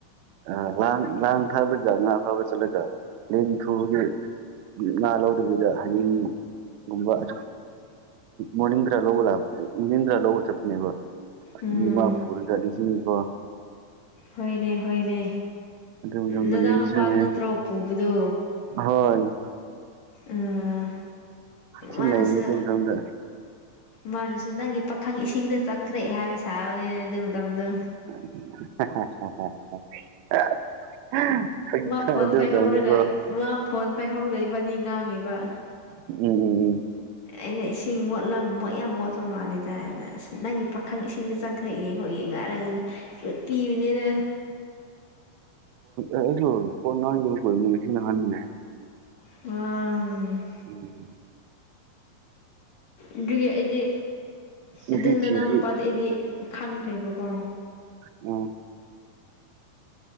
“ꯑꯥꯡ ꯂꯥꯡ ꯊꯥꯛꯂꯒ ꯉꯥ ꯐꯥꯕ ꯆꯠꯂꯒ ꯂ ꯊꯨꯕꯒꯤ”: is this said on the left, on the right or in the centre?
Right